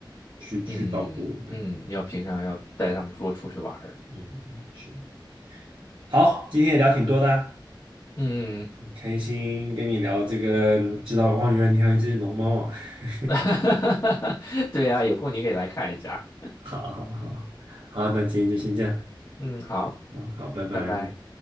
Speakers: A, on the right; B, on the left.
A: 去去照顾。
B: 嗯嗯，
A: 对，
B: 嗯要平常要带它们多出去玩儿。
A: 嗯，是。好，今天也聊挺多的，
B: 嗯。嗯嗯
A: 很开心跟你聊这个，知道哇，原来你还有一只龙猫啊！<laughs>
B: <laughs> 哈哈哈对啊，有空你可以来看一下。
A: 好好好，好，那今天就先这样，
B: 嗯，好，
A: 啊，好，拜拜。
B: 拜拜。